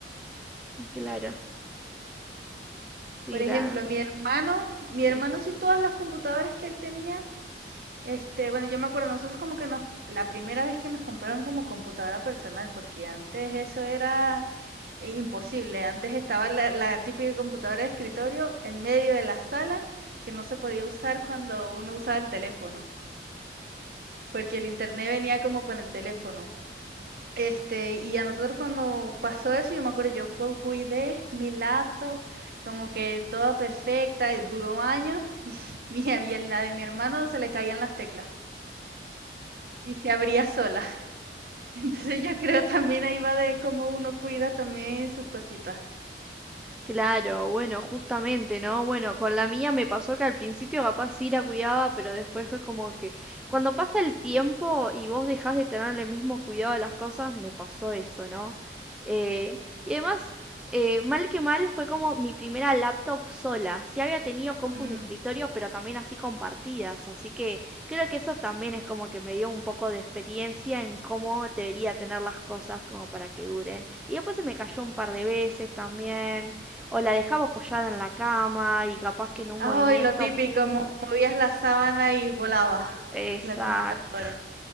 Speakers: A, in the centre; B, on the right.
A: Claro. Sí,
B: Por ejemplo,
A: la...
B: mi hermano, mi
A: Sí.
B: hermano sí todas las computadoras que él tenía Este, bueno, yo me acuerdo, nosotros como que nos la primera vez que nos compraron como computadora personal, porque antes eso era eh, imposible. Antes estaba la, la típica computadora de escritorio en medio de la sala que no se podía usar cuando uno usaba el teléfono, porque el internet venía como con el teléfono. Este, y a nosotros cuando pasó eso, yo me acuerdo, yo cu- cuidé mi laptop, como que toda perfecta, y duró años, <laughs> y, y a la de mi hermano se le caían las teclas y se abría sola. Entonces, yo creo también ahí va de cómo uno cuida también sus cositas.
A: Claro, bueno, justamente, ¿no? Bueno, con la mía me pasó que al principio capaz sí la cuidaba, pero después fue como que cuando pasa el tiempo y vos dejás de tener el mismo cuidado de las cosas, me pasó eso, ¿no? Eh, y además, eh, mal que mal, fue como mi primera laptop sola. Sí había tenido compus
B: Mm.
A: de escritorio, pero también así compartidas, así que creo que eso también es como que me dio un poco de experiencia en cómo debería tener las cosas como para que duren. Y después se me cayó un par de veces también o la dejaba apoyada en la cama y capaz que en un
B: Ay,
A: movimiento,
B: lo típico,
A: ¡pum!
B: mo movías la sábana y volaba
A: Exacto.
B: la computadora.